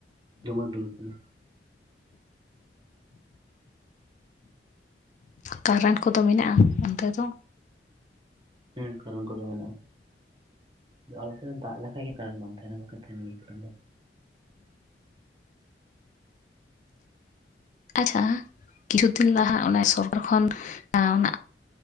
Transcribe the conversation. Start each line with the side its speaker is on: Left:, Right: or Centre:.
Right: ᱫᱚᱢᱮ ᱩᱫᱽᱜᱟᱹᱨ ᱠᱟᱱᱟ᱾
Left: ᱠᱟᱨᱮᱱᱴ ᱠᱚᱫᱚ ᱢᱮᱱᱟᱜᱼᱟ ᱚᱱᱛᱮ‌ ᱫᱚ?
Right: ᱦᱩᱸ ᱠᱟᱨᱮᱱᱴ ᱠᱚᱫᱚ ᱢᱮᱱᱟᱜ-ᱟ, ᱫᱚ ᱟᱞᱮ ᱥᱮᱜ ᱫᱟᱜ ᱞᱮᱠᱷᱟᱡ ᱜᱮ ᱠᱟᱨᱮᱱᱴ ᱵᱟᱝᱼᱼ ᱛᱟᱦᱮᱱᱟ ᱵᱟᱠᱷᱟᱡ ᱛᱟᱦᱮᱸᱱ ᱜᱮᱭᱟ‌ ᱠᱟᱨᱮᱱᱴ ᱫᱚ᱾
Left: ᱟᱪᱪᱷᱟ ᱠᱤᱪᱷᱩ ᱫᱤᱱ ᱞᱟᱦᱟ ᱚᱱᱮ ᱥᱚᱨᱠᱟᱨ ᱠᱷᱚᱱ ᱮᱸᱻ ᱚᱱᱟᱼᱼ